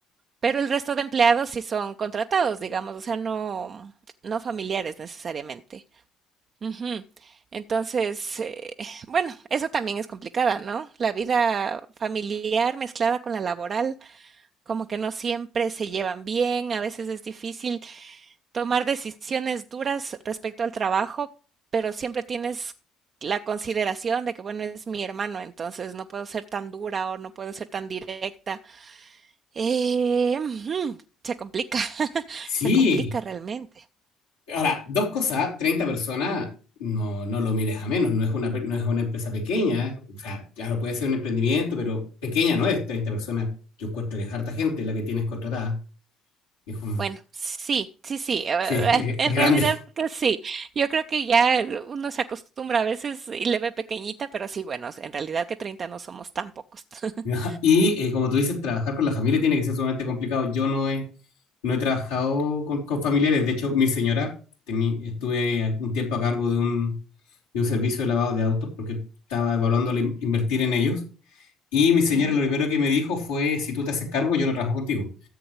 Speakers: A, on the right (about 50°); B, on the left (about 85°).
A: pero el resto de empleados sí son contratados, digamos, o sea, no, no familiares necesariamente. Ujú. Entonces, eh, <laughs> <sighs> bueno, eso también es complicada, ¿no? La vida familiar mezclada con la laboral, como que no siempre se llevan bien, a veces es difícil tomar decisiones duras respecto al trabajo, pero siempre tienes la consideración de que, bueno, es mi hermano, entonces no puedo ser tan dura o no puedo ser tan directa. Eh, mm, se complica, <laughs>
B: Sí.
A: se complica realmente.
B: Ahora, dos cosas, ¿ah? treinta personas, no, no lo mires a menos, no es una, pe- no es una empresa pequeña, o sea, claro, puede ser un emprendimiento, pero pequeña no es, 30 personas, yo encuentro que es harta gente la que tienes contratada, es un,
A: Bueno, sí, sí, sí, eh,
B: Sí, eh,
A: eh, <laughs> en
B: es grande.
A: realidad que sí. Yo creo que ya uno se acostumbra a veces y le ve pequeñita, pero sí, bueno, en realidad que 30 no somos tan pocos. <laughs>
B: ¿no? Y eh, como tú dices, trabajar con la familia tiene que ser sumamente complicado. Yo no he, no he trabajado con, con familiares. De hecho, mi señora, tení- estuve un tiempo a cargo de un, de un servicio de lavado de autos porque estaba evaluando la in- invertir en ellos. Y mi señora
A: Ya.
B: lo primero que me dijo fue, si tú te haces cargo, yo no trabajo contigo.